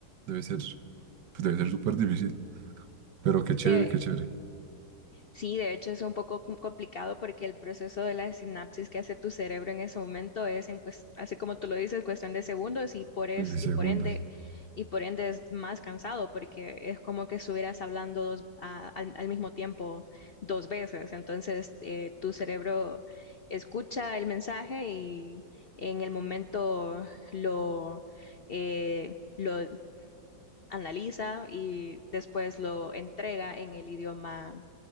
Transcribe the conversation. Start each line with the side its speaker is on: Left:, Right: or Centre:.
Right: debe ser, pues debe ser súper difícil. Pero qué chévere,
Left: de-
Right: qué chévere.
Left: Sí, de hecho es un poco com- complicado porque el proceso de la sinapsis que hace tu cerebro en ese momento es en cues- así como tú lo dices, cuestión de segundos y por es-
Right: Milisegundos.
Left: y por ende y por ende es más cansado porque es como que estuvieras hablando dos- a- al, al mismo tiempo dos veces. Entonces, eh, tu cerebro escucha el mensaje y en el momento lo eh, lo analiza y después lo entrega en el idioma